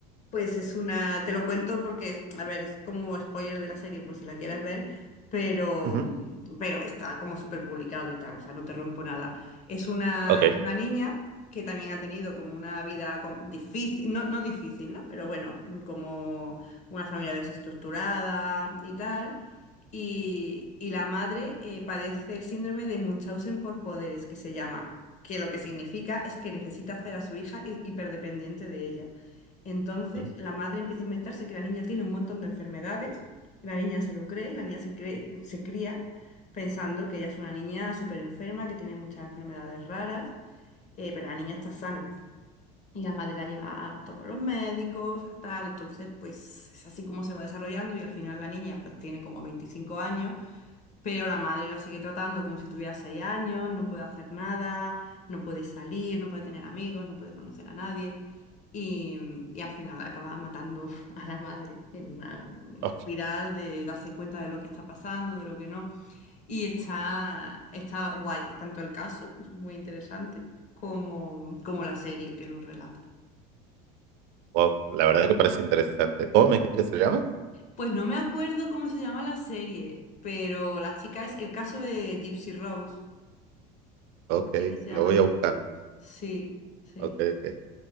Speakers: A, on the left; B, on the right.
A: Pues es una, te lo cuento porque, a ver, es como spoiler de la serie por si la quieres ver, pero,
B: Ujú,
A: mm, pero está como súper publicado y tal, o sea, no te rompo nada. Es una,
B: Ok.
A: es una niña que también ha tenido como una vida com- difícil, no, no difícil, ¿no? Pero bueno, mm, como una familia desestructurada y tal. Y, y la madre eh, padece el síndrome de Munchausen por poderes, que se llama, que lo que significa es que necesita hacer a su hija hi- hiperdependiente de ella. Entonces,
B: Mm,
A: la madre empieza a inventarse que la niña tiene un montón de enfermedades, la niña se lo cree, la niña se cree, se cría pensando que ella es una niña súper enferma, que tiene muchas enfermedades raras, eh, pero la niña está sana. Y la madre la lleva a todos los médicos, a tal, entonces pues es así como se va desarrollando y al final la niña pues tiene como 25 años pero la madre la sigue tratando como si tuviera seis años, no puede hacer nada, no puede salir, no puede tener amigos, no puede conocer a nadie. Y, y al final acaba matando <laughs> a la madre en una
B: oh,
A: espiral de darse cuenta de lo que está pasando, de lo que no. Y está, está guay, tanto el caso, es muy interesante, como, como la serie que lo relata.
B: wow, la verdad que parece interesante. ¿Cómo me dijiste que se llama?
A: Pues no me acuerdo cómo se llama la serie, pero la chica es el caso de Gypsy Rose.
B: Ok,
A: Así que se llama
B: lo voy
A: Gypsy
B: a buscar.
A: Rose. Sí, sí.
B: Ok, ok.